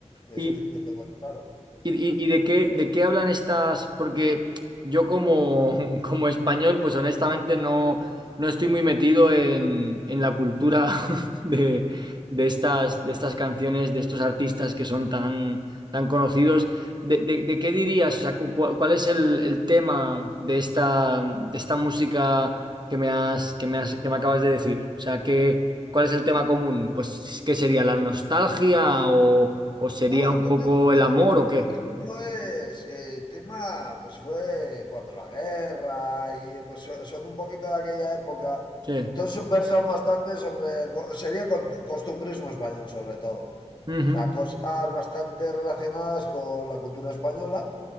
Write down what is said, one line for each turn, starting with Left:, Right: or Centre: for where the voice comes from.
Left: Eso
Right: Y,
Left: sí que tengo claro.
Right: ¿Y, y- y de qué, de qué hablan estas? Porque yo como, <laughs> como español, pues honestamente no, no estoy muy metido en, en la cultura <laughs> de, de estas, de estas canciones, de estos artistas que son tan, tan conocidos. ¿De, de- de qué dirías? O sea, cu- cu- ¿cuál es el, el tema de esta, de esta música que me has, que me has- que me acabas de decir? O sea, ¿qué, cuál es el tema común? Pues, ¿qué sería? ¿La nostalgia o, o sería
Left: No,
Right: un
Left: entonces,
Right: poco
Left: entonces,
Right: el amor o qué?
Left: por ejemplo, es eh, tema, pues fue cuando la guerra y pues so- son un poquito de aquella época.
Right: Sí.
Left: Entonces subversan bastante sobre, co- sería con- costumbrismo español sobre todo.
Right: Ujú,
Left: O sea, cosas bastante relacionadas con la cultura española.